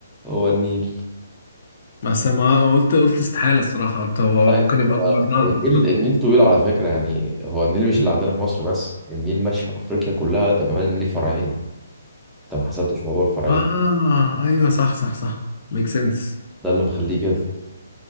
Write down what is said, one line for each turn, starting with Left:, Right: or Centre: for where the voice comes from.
Centre: هو النيل
Left: بس ما قلت قلت استحالة الصراحة قلت هو
Centre: طيب،
Left: ممكن يبقى
Centre: هو
Left: اكبر نهر
Centre: النيل
Left: في افريقيا
Centre: النيل طويل على فكرة يعني هو النيل مش اللي عندنا في مصر بس النيل ماشي في أفريقيا كلها ده كمان ليه فرعين انت ما حسبتش موضوع الفرعين
Left: اه ايوه صح صح صح ميك سنس
Centre: ده اللي مخليه كده